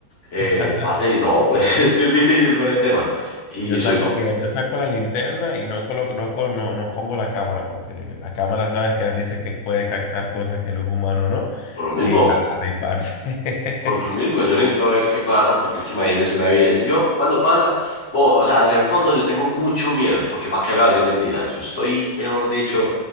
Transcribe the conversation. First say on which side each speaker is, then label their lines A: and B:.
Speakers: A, on the left; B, on the left.
A: Eh,
B: <laughs>
A: parce, y no, pues <laughs> es que es difícil por el tema. Y
B: Yo saco,
A: soy
B: mira, yo saco la linterna y no colo- no, colo- no, no pongo la cámara, porque la cámara sabes que dice que puede captar cosas que los humanos no,
A: Por lo mismo,
B: y para riparse.
A: por lo mismo,
B: <laughs>
A: yo necesito ver qué pasa, porque es que imagínese una evidencia. Yo, cuando pasa, bo- o sea, en el fondo yo tengo mucho miedo, porque ¿para qué le voy a decir mentiras? Yo estoy, mejor dicho,